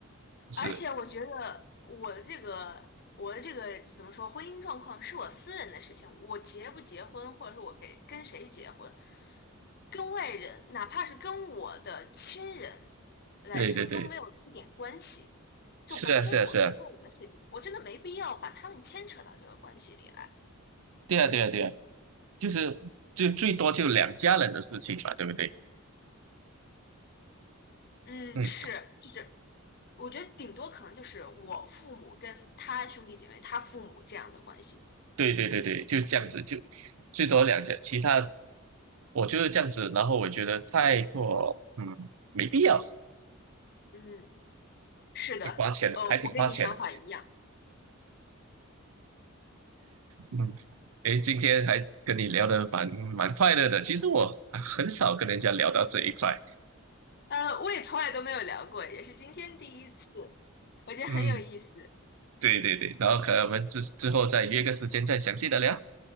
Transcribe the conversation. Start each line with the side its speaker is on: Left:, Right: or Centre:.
Right: 是，
Left: 而且我觉得我的这个我的这个怎么说，婚姻状况是我私人的事情，我结不结婚，或者说我给跟谁结婚，跟外人，哪怕是跟我的亲人来说都没有一点关系，
Right: 对对对，
Left: 这完全是我个人的事情，
Right: 是啊是啊是啊，
Left: 我真的没必要把他们牵扯到这个关系里来。
Right: 对啊对啊对啊，就是就最多就两家人的事情嘛，对不对？
Left: 嗯，
Right: 嗯，
Left: 是，就是我觉得顶多可能就是我父母跟他兄弟姐妹、他父母这样的关系。
Right: 对对对对，就这样子，就最多两家，其他我就是这样子，然后我觉得太过嗯没必要。
Left: 嗯，是的，
Right: 挺花钱的，
Left: 哦，
Right: 还挺花钱的。
Left: 我跟你想法一样。
Right: 嗯，诶，今天还跟你聊得蛮蛮快乐的。其实我很少跟人家聊到这一块。
Left: 呃，我也从来都没有聊过，也是今天第一次，我觉得很有意思。
Right: 嗯，对对对，然后可能我们之之后再约个时间再详细的聊。